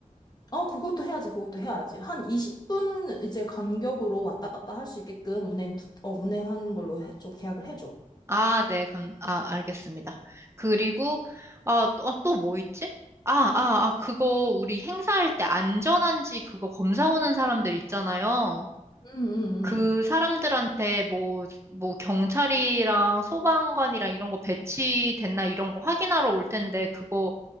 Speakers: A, on the left (about 30°); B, on the right (about 20°).
A: 어, 그것도 해야지, 그것도 해야지. 한 20분 이제 간격으로 왔다 갔다 할 수 있게끔 운행, 부, 어, 운행하는 걸로 해- 좀 계약을 해줘.
B: 아, 네, 감, 아, 알겠습니다. 그리고, 아, 또, 뭐 있지? 아, 아, 아, 그거, 우리 행사할 때 안전한지 그거 검사 오는 사람들 있잖아요.
A: 응, 응,
B: 그
A: 응.
B: 사람들한테 뭐, 뭐, 경찰이랑 소방관이랑 이런 거 배치됐나 이런 거 확인하러 올 텐데, 그거,